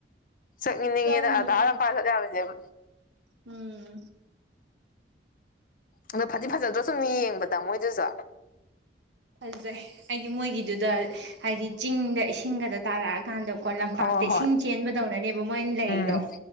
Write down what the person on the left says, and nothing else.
ꯆꯠꯅꯤꯡꯉꯦꯅ
ꯑꯗꯥꯔ ꯑꯃ ꯄꯥꯏꯔ ꯆꯠꯄ ꯌꯥꯔꯣꯏꯗꯣꯏꯅꯦꯕ
ꯑꯗꯣ ꯐꯗꯤ ꯐꯖꯗ꯭ꯔꯣ ꯁꯨꯝ ꯌꯦꯡꯕꯗ ꯃꯣꯏꯗꯨꯁꯨ
ꯍꯣꯏ ꯍꯣꯏ
ꯎꯝ